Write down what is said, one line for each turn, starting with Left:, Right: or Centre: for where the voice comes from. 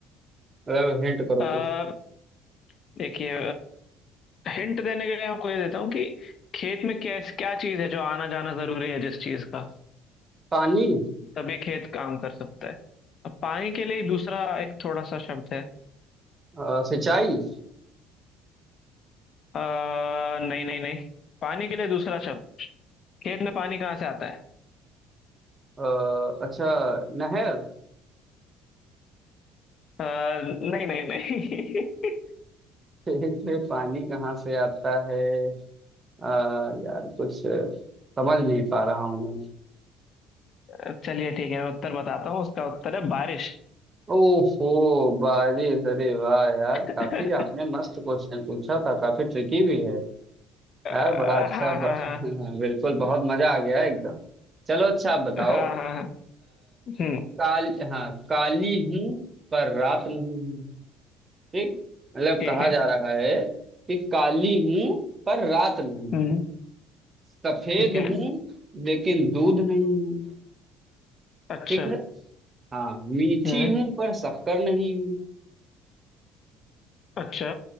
Right: मतलब हिंट करो
Left: अ,
Right: कुछ
Left: देखिए हिंट देने के लिए आपको ये देता हूँ कि खेत में कैस क्या चीज है जो आना जाना जरूरी है जिस चीज का
Right: पानी
Left: तभी खेत काम कर सकता है अब पानी के लिए दूसरा एक थोड़ा सा शब्द है
Right: अ, सिंचाई
Left: आ, नहीं नहीं नहीं पानी के लिए दूसरा शब्द खेत में पानी कहाँ से आता है
Right: अ, अच्छा नहर
Left: अ, नहीं नहीं नहीं
Right: खेत में पानी कहाँ से आता है अ, यार कुछ समझ नहीं पा रहा हूँ मैं
Left: <laughs> चलिए ठीक है मैं उत्तर बताता हूँ उसका उत्तर है बारिश
Right: ओहो बारिश अरे वाह यार
Left: <laughs>
Right: काफी आपने मस्त क्वेश्चन पूछा था काफी ट्रिकी भी है यार
Left: अ,
Right: बड़ा अच्छा
Left: हाँ
Right: ब...
Left: हाँ हाँ
Right: <laughs> बिल्कुल बहुत मजा आ गया एकदम चलो अच्छा आप बताओ
Left: हाँ हाँ हाँ, हम्म
Right: काल हाँ काली हूँ पर रात नहीं हूँ ठीक मतलब
Left: ठीक
Right: कहा
Left: है
Right: जा रहा है कि काली हूँ पर रात नहीं
Left: हम्म
Right: हूँ सफेद
Left: ठीक है
Right: हूँ लेकिन दूध नहीं हूँ
Left: अच्छा
Right: ठीक है हाँ मीठी
Left: हम्म
Right: हूँ पर शक्कर नहीं हूँ
Left: अच्छा